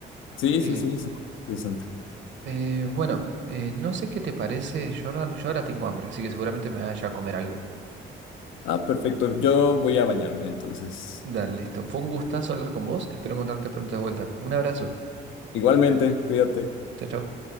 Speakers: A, on the left (about 85°); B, on the right (about 65°).
A: Sí,
B: Eh,
A: sí, sí, sí. Interesante.
B: Eh, bueno, eh, no sé qué te parece, Jordan. Yo ahora tengo hambre, así que seguramente me vaya a comer algo.
A: Ah, perfecto. Yo voy a bañarme, entonces.
B: Dale, listo. Fue un gustazo hablar con vos. Espero encontrarte pronto de vuelta. Un abrazo.
A: Igualmente, cuídate.
B: Chao, chao.